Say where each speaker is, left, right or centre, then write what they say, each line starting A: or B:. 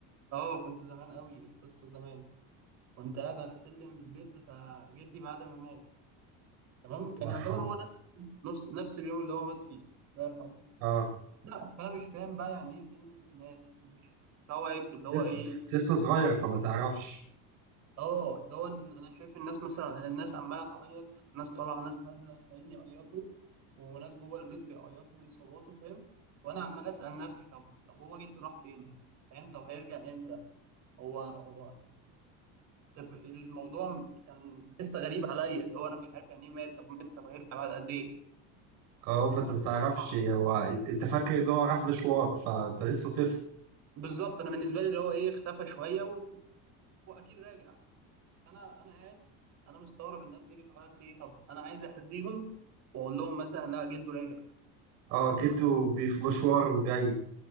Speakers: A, on the right; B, on the right.
A: اه كنت زمان قوي قصه زمان كنت قاعد على سلم البيت بتاع جدي بعد ما مات تمام كان
B: الله يرحمه.
A: يعتبر هو نفس نفس نفس اليوم اللي هو مات فيه الله يرحمه
B: آه
A: لا فانا مش فاهم بقى يعني ايه كلمه مات مش مستوعب
B: كنت
A: اللي هو
B: لسه
A: ايه
B: كنت لسه صغير فما تعرفش،
A: اه اللي هو إن انا شايف الناس مثلا الناس عماله تعيط ناس طالعه ناس نازله عمالين يعيطوا وناس جوه البيت بيعيطوا ويصوتوا فاهم وانا عمال اسال نفسي طب طب هو جده راح فين فاهم طب هيرجع امتى هو هو تف- الموضوع كان لسه غريب عليا اللي هو انا مش عارف يعني ايه مات طب مات طب هيرجع بعد قد ايه
B: أه فأنت
A: فأنا-
B: ما تعرفش هو أنت أنت فاكر إن هو راح مشوار فأنت لسه طفل،
A: بالظبط انا بالنسبه لي اللي هو ايه اختفى شويه و... واكيد راجع انا انا قاعد انا مستغرب الناس دي بتعيط ليه طب انا عايز اهديهم واقول لهم مثلا لا جده راجع
B: أه
A: الموضوع
B: جيته
A: كان
B: بي- في مشوار وجاي،